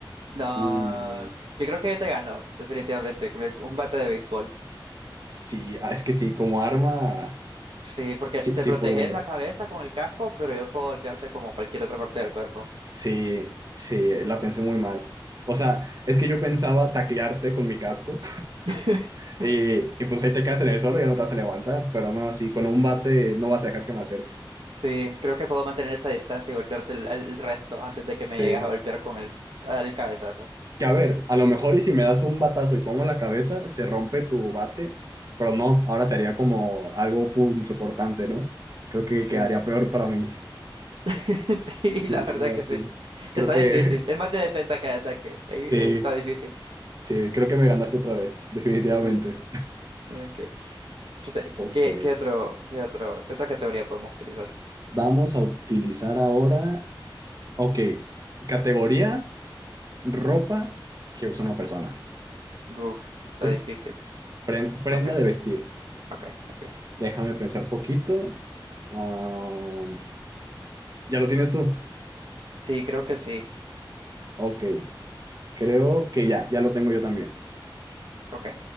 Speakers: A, on the right; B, on the right.
A: No,
B: Uh,
A: yo creo que yo te gano, definitivamente, con el- un bate de béisbol.
B: sí, ah, es que sí, como arma,
A: Sí, porque
B: sí, sí
A: te
B: sí
A: proteges
B: podría.
A: la cabeza con el casco, pero yo puedo golpearte como cualquier otra parte del cuerpo.
B: Sí, sí, la pensé muy mal. O sea, es que yo pensaba taclearte con mi casco
A: <laughs>
B: Y, y pues ahí te quedas en el suelo y ya no te vas a levantar, pero no, así con un bate no vas a dejar que me acerque.
A: Sí, creo que puedo mantener esa distancia y golpearte el, el el resto antes de que
B: Sí.
A: me llegues a golpear con el, el cabezazo.
B: Que a ver, a lo mejor y si me das un batazo y pongo la cabeza, se rompe tu bate, pero no, ahora sería como algo punzocortante, ¿no? Creo que
A: Sí.
B: quedaría peor para mí.
A: <laughs> Sí,
B: Sí,
A: la verdad
B: no,
A: que
B: sí.
A: sí.
B: Creo
A: Está
B: que
A: difícil. Es más de defensa que de ataque.
B: <laughs>
A: Ahí-
B: sí,
A: ahí está difícil.
B: sí, creo que me ganaste otra vez, definitivamente.
A: Sí, ok. entonces
B: Ok,
A: ¿qué, qué otro, qué otro, qué otra categoría podemos utilizar?
B: vamos a utilizar ahora, ok, categoría ropa que usa una persona.
A: Uf, está
B: Ok.
A: difícil.
B: Pren- prenda
A: Ok,
B: de vestir.
A: ok, ok.
B: Déjame pensar poquito. Ah, ¿ya lo tienes tú?
A: Sí, creo que sí.
B: Ok, creo que ya, ya lo tengo yo también.
A: Ok.